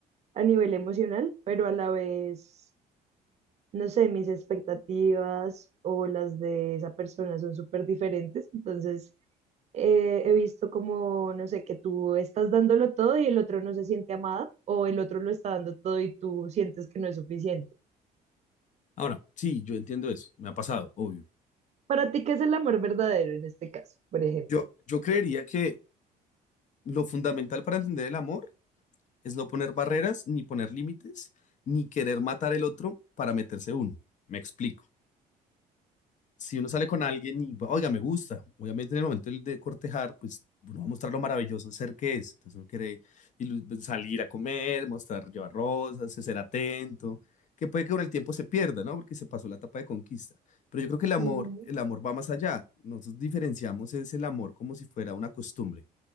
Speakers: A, on the right (about 40°); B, on the left (about 45°).
A: a nivel emocional, pero a la vez, no sé, mis expectativas o las de esa persona son súper diferentes. Entonces, eh, he visto como, no sé, que tú estás dándolo todo y el otro no se siente amada o el otro lo está dando todo y tú sientes que no es suficiente.
B: Ahora, sí, yo entiendo eso. Me ha pasado, obvio.
A: Para ti, ¿qué es el amor verdadero en este caso, por ejemplo?
B: Yo, yo creería que lo fundamental para entender el amor es no poner barreras, ni poner límites, ni querer matar el otro para meterse uno. Me explico. Si uno sale con alguien y, oiga, me gusta, obviamente en el momento de cortejar, pues uno va a mostrar lo maravilloso de ser que es. Entonces uno quiere salir a comer, mostrar, llevar rosas, ser atento, que puede que con el tiempo se pierda, ¿no? Porque se pasó la etapa de conquista. Pero yo creo que el amor,
A: Ujú,
B: el amor va más allá. Nosotros diferenciamos es el amor como si fuera una costumbre.